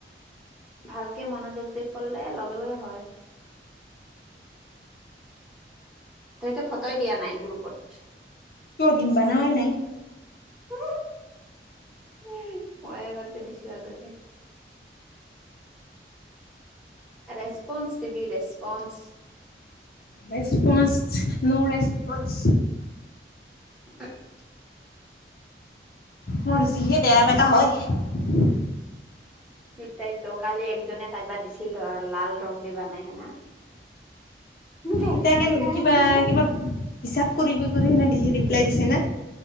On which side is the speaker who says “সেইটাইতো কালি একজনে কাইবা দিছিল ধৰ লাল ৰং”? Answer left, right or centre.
Centre